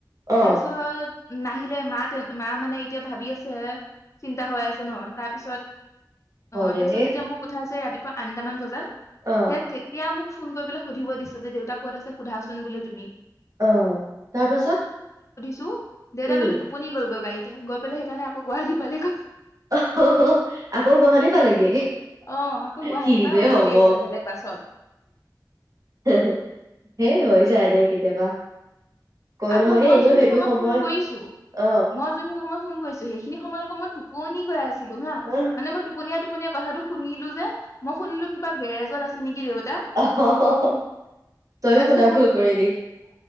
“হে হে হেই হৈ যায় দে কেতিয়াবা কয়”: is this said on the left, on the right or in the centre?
Right